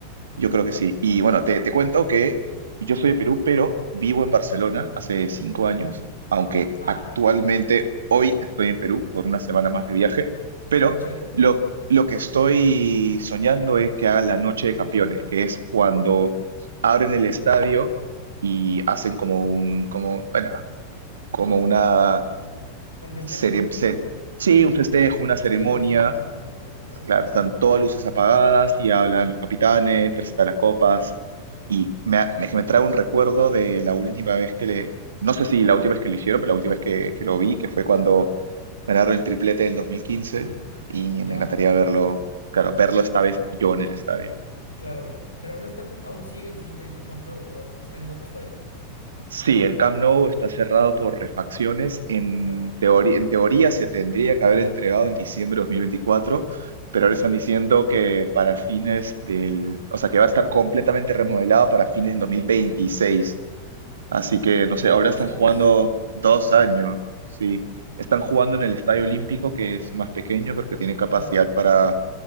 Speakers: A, on the right; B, on the left.
A: yo creo que sí. Y bueno, te, te cuento que yo soy de Perú, pero vivo en Barcelona hace cinco años, aunque
B: Ah,
A: actualmente
B: ya, ya. ya.
A: hoy estoy en Perú por una semana más de viaje, pero
B: Ah, chévere.
A: lo, lo que estoy soñando es que hagan la Noche de Campeones, que es cuando abren el estadio y hacen como un, como, bueno, como una
B: Un festejo.
A: serie, se- sí, un festejo, una ceremonia
B: Sí, un festejo, una ceremonia bonito, sí.
A: Claro, están todas luces apagadas y hablan los capitanes, presentan las copas y me, ha- me, me trae un recuerdo de la última vez que le, no sé si la última vez que lo hicieron, pero la última vez que, que lo vi, que fue cuando ganaron el triplete del 2015 y
B: Ya,
A: me encantaría verlo, claro, verlo esta vez yo en el estadio.
B: claro. Pero no están, aún siguen sin el Camp Nou, ¿verdad? Están en otro estadio.
A: Sí, el Camp Nou está cerrado por refacciones. En
B: Claro.
A: teoría, en teoría se tendría que haber entregado en diciembre de 2024, pero
B: Uy,
A: ahora están diciendo que para fines del, o sea, que va a estar completamente remodelado para fines del 2026. Así que, no sé, ahora
B: dos
A: están
B: años,
A: jugando
B: hijo
A: dos
B: de madre.
A: años, sí. Están jugando en el Estadio Olímpico, que es más pequeño, creo que tiene capacidad
B: Claro.
A: para